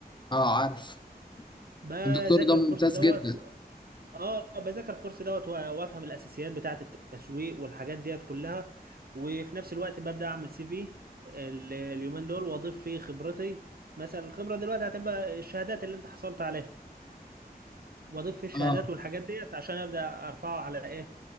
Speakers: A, on the left; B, on the right.
A: اه عارف
B: بذاكر
A: الدكتور ده ممتاز
B: الكورس دوت
A: جدا
B: اه بذاكر الكورس دوت وا- وافهم الاساسيات بتاعه التسويق والحاجات ديت كلها وفي نفس الوقت ببدا اعمل سي في ال- اليومين دول واضيف فيه خبرتي مثلا الخبره دلوقتي هتبقى الشهادات اللي انت حصلت عليها واضيف فيه الشهادات
A: اه
B: والحاجات ديت عشان ابدا ارفعه على ايه